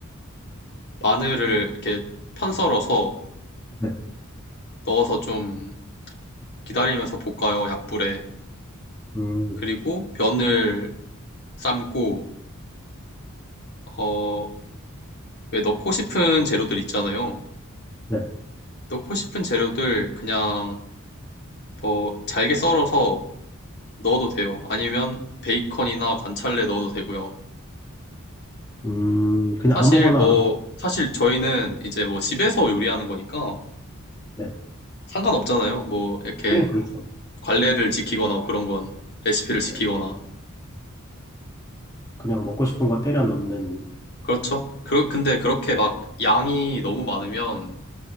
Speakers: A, on the left; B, on the left.
A: 마늘을 이렇게 편썰어서
B: 네,
A: 넣어서 좀 기다리면서 볶아요, 약불에.
B: 음,
A: 그리고 면을 삶고, 어, 왜 넣고 싶은 재료들 있잖아요.
B: 네,
A: 넣고 싶은 재료들 그냥 더 잘게 썰어서 넣어도 돼요. 아니면 베이컨이나 관찰래 넣어도 되고요.
B: 음, 그냥
A: 사실
B: 아무거나,
A: 뭐 사실 저희는 이제 뭐 집에서 요리하는 거니까
B: 네,
A: 상관없잖아요. 뭐 이렇게
B: 하긴 그렇죠.
A: 관례를 지키거나 그런 건 레시피를 지키거나
B: 네, 그냥 먹고 싶은 거 때려 넣는,
A: 그렇죠. 그 근데 그렇게 막 양이 너무 많으면